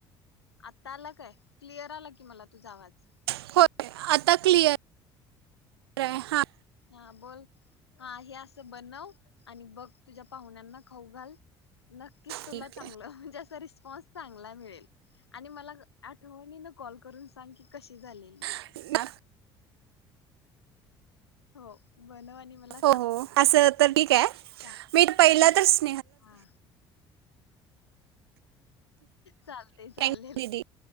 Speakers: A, on the left; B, on the right.
A: आता आला काय क्लियर आला की मला तुझा आवाज.
B: होय आता क्लिअर आहे. हा,
A: हां बोल हा हे असं बनव आणि बघ तुझ्या पाहुण्यांना खाऊ घाल. नक्कीच तुला
B: ठीक
A: चांगलं
B: आहे
A: म्हणजे असं <unintelligible> फस्ट चांगला मिळेल आणि मला आठवणीन कॉल करून सांग की कशी झालेली.
B: <unintelligible>
A: हो. बनव आणि मला सांग
B: हो हो असं तर ठीक आहे,
A: चा
B: मी पहिल <inaudible>
A: हा चालते. चालेल
B: थँक्यू दीदी